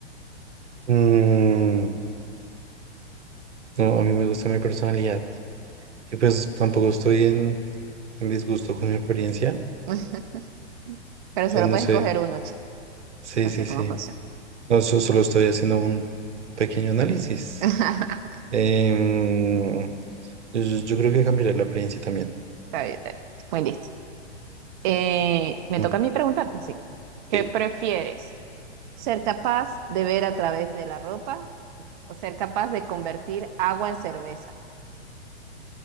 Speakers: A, on the right; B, on the right.
A: Mm, no, a mí me gusta mi personalidad. Y pues tampoco estoy en, en disgusto con mi apariencia.
B: <laughs> Pero solo
A: Pues no
B: puedes
A: sé.
B: escoger uno, chico.
A: Sí,
B: Así
A: sí,
B: es
A: sí.
B: como funciona.
A: No, so- solo estoy haciendo un pequeño análisis.
B: <laughs> Está
A: Em, yo, yo- yo creo que cambiaré la apariencia también.
B: bien, está bien. Muy listo. Eh, me
A: Mm,
B: toca a mí preguntarte, sí. ¿Qué
A: Sí.
B: prefieres? ¿Ser capaz de ver a través de la ropa o ser capaz de convertir agua en cerveza?